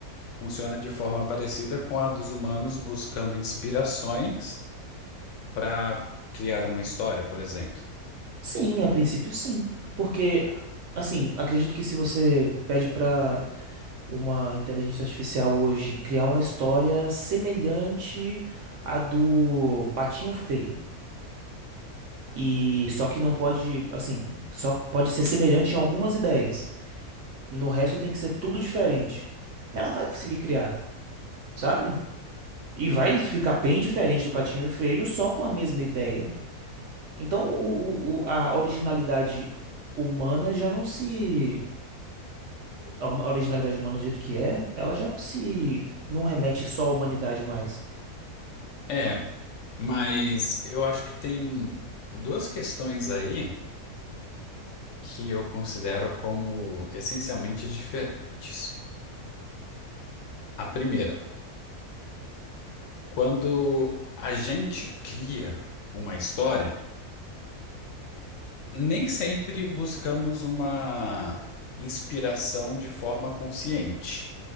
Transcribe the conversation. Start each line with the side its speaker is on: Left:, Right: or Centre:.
Left: funciona de forma parecida com a dos humanos buscando inspirações para criar uma história, por exemplo?
Right: Sim, a princípio sim, porque assim, acredito que se você pede pra uma inteligência artificial hoje criar uma história semelhante à do Patinho Feio, e só que não pode, assim, só pode ser semelhante em algumas ideias. No resto tem que ser tudo diferente. Ela vai conseguir criar, sabe? E vai ficar bem diferente do Patinho Feio só com a mesma ideia. Então, o, o- o- a originalidade humana já não se a hum- a originalidade humana do jeito que é, ela já não se não remete só à humanidade mais.
Left: É, mas eu acho que tem duas questões aí que eu considero como essencialmente diferentes. A primeira. Quando a gente cria uma história, nem sempre buscamos uma inspiração de forma consciente.